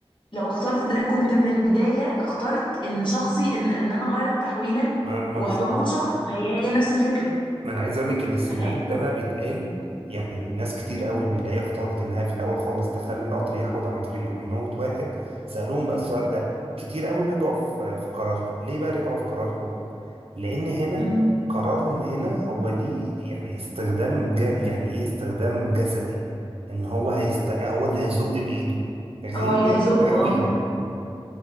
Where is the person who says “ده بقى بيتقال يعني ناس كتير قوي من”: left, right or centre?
Right